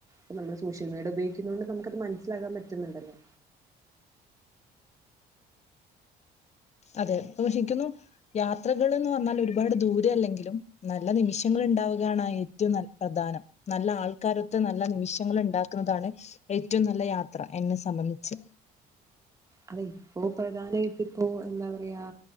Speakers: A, on the right (about 20°); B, on the left (about 40°).
A: അപ്പ നമ്മള് സോഷ്യൽ മീഡിയ ഉപയോഗിക്കുന്നുന്നത് കൊണ്ട് നമുക്ക് അത് മനസ്സിലാകാൻ പറ്റുന്നുണ്ടല്ലോ
B: അതെ പക്ഷേ എനിക്ക് തോന്നുന്നു യാത്രകൾ എന്ന് പറഞ്ഞാൽ ഒരുപാട് ദൂരെ അല്ലെങ്കിലും നല്ല നിമിഷങ്ങ ഉണ്ടാവുകയാണ് ഏറ്റവും പ്രധാനം നല്ല ആൾക്കാരൊത്ത് നല്ല നിമിഷങ്ങൾ ഉണ്ടാക്കുന്നതാണ് ഏറ്റ ഏറ്റവും നല്ല യാത്ര എന്നെ സംബന്ധിച്ച്
A: അത് ഇപ്പോ പ്രധാനമായിട്ട് ഇപ്പോ എന്താ പറയാ